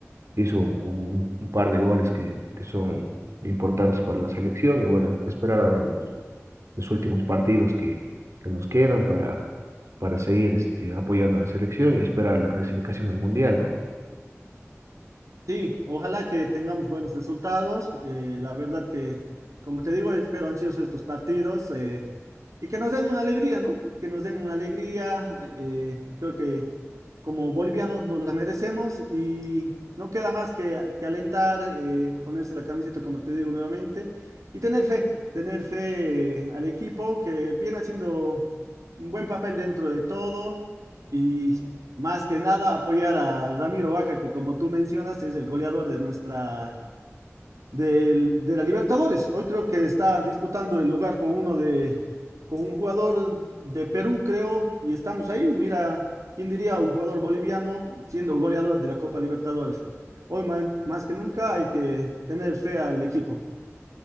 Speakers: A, on the right (about 65°); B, on the right (about 85°).
A: hizo un, un- un par de goles que, que son importantes para la selección. Y bueno, esperar ahora los, los últimos partidos que, que nos quedan para, para seguir este, apoyando a la selección y esperar la clasificación al Mundial, ¿no?
B: Sí, ojalá que tengamos buenos resultados. eh, la verdad que, como te digo, espero ansioso estos partidos. eh, Y que nos den una alegría, ¿no? Que nos den una alegría. eh, creo que como bolivianos nos la merecemos y no queda más que, que alentar, eh, ponerse la camiseta, como te digo nuevamente, y tener fe, tener fe eh, al equipo que viene haciendo un buen papel dentro de todo y más que nada apoyar a Ramiro Vaca, que como tú mencionas es el goleador de nuestra del- de la Libertadores. Hoy creo que está disputando el lugar con uno de, con un jugador de Perú, creo, y estamos ahí. Mira, ¿quién diría un jugador boliviano siendo goleador de la Copa Libertadores? Hoy más, más que nunca hay que tener fe al equipo.